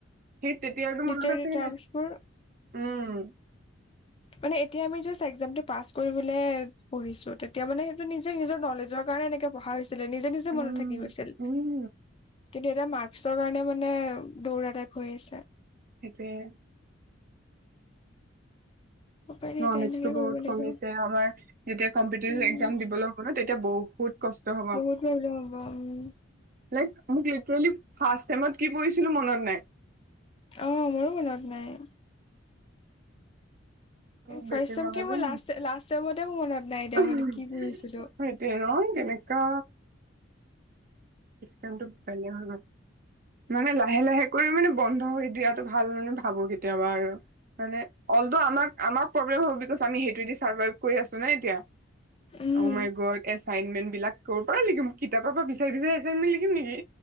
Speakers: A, on the right; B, on the left.
A: সেই তেতিয়াৰটো মনত
B: লিটাৰী
A: আছেই
B: টাৰ্মছবোৰ
A: নাই উম। <inaudible>
B: মানে এতিয়া আমি একজামটো পাছ কৰিব পঢ়িছো। তেতিয়া মানে সেইটো নিজে নিজৰ নলেজৰ কাৰণে পঢ়া হৈছিলে নিজে নিজে
A: উম,
B: মনত থাকি গৈছিল।
A: উম,
B: কিন্তু এটা মাস্কৰ কাৰণে মানে দৌৰাটাইপ হৈ আছে।
A: সেইটোৱে
B: উপায় নাই
A: নলেজটো
B: এতিয়া সেনেকে
A: বহুত
B: কৰিব লাগিব
A: কমিছে আমাৰ যেতিয়া কম্পিটিতিভ
B: উম
A: একজাম দিবলৈ হ'ব ন তেতিয়া বহ বহুত কষ্ট হ'ব।
B: বহুত প্ৰব্লেম হ'ব উম
A: লাইক মোক লি ট্ৰেলি ফাষ্ট ছেমত কি পঢ়িছিলোঁ মনত নাই।
B: অ' মোৰো মনত নাই।
A: মোক বেছিভাগৰে
B: ফাৰ্ষ্ট ছেম কি মোৰ
A: মনত
B: লাষ্ট-লাষ্ট ছেমতে মোৰ মনত নাই এতিয়া
A: <unintelligible>
B: মই কি পঢ়িছিলো
A: সেইটোৱে ন' কেনেকুৱা <unintelligible> মানে লাহে লাহে কৰি মানে বন্ধ হৈ দিয়াতটো ভাল মানে ভাবো কেতিয়াবা আৰু মানে অলদ প্ৰব্লেম হ'ব বিকজ আমি সেইটো চাৰ্ভাৰ কৰি আছো নাই এতিয়া।
B: উম
A: অ' মাই গডত এছাইনমেণ্ট বিলাক কৰ পৰাই লিখিম কিতাপৰ পৰা বিচাৰি বিচাৰি এছাইনমেণ্ট লিখিম নেকি